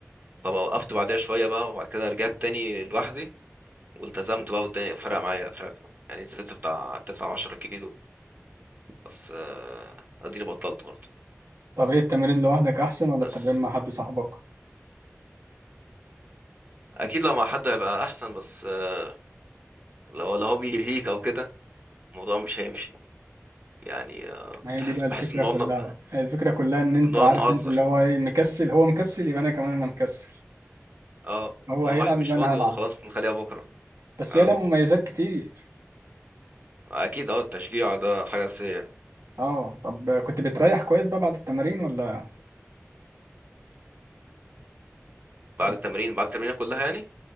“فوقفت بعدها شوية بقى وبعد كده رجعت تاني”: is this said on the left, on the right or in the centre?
Right